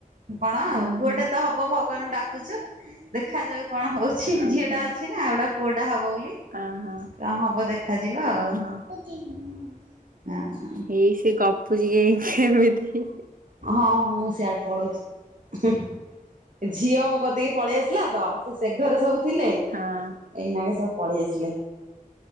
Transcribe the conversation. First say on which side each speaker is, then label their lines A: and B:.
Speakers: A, on the right; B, on the right.
A: କଣ ଆଉ
B: ଓହୋ
A: ପୁଅଟେ ତ ହବ ଭଗବାନ ଙ୍କୁ ଡାକୁଚୁ ଦେଖାଯାଉ କଣ ହଉ ଛି
B: ଓହୋ
A: ଝିଅଟା ଅଛି ନା ଆଉ ଗୋଟା ପୁଅଟା ହବ ବୋଲି
B: ଓହୋ
A: କଣ ହବ ଦେଖାଯିବ ଆଉ।
B: ଓହୋ
A: ଆଁ।
B: ଏଇ ସେ ଗପୁଚି ଯେ କେମିତି।
A: ହଁ ହଁ ମୁଁ ସିଆଡେ ପଳଉଚି। ହୁଁ ହୁଁ ଝିଅ ମୋ କତିକି ପଳେଇ ଆସିଲା ତ ସେ ସେ ଘରେ ସବୁ। ଥିଲେ
B: ହଁ
A: ଏଇନାକେ ସବୁ ପଲେଇ ଆସିଲେ।